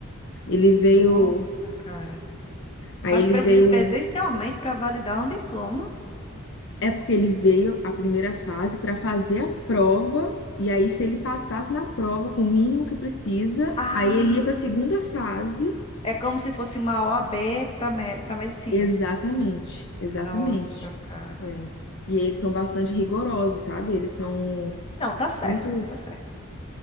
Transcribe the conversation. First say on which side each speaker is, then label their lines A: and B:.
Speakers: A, on the left; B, on the left.
A: Ele veio,
B: Nossa, cara.
A: aí
B: Mas
A: ele
B: precisa
A: veio,
B: ir presencialmente para validar um diploma?
A: é porque ele veio a primeira fase para fazer a prova. E aí, se ele passasse na prova com o mínimo que precisa,
B: Ah.
A: aí ele ia para a segunda fase
B: É como se fosse uma OAB para me para medicina.
A: Exatamente, exatamente.
B: Nossa, cara.
A: É. E eles são bastante rigorosos, sabe? Eles são
B: Não, tá certo,
A: muito.
B: tá certo.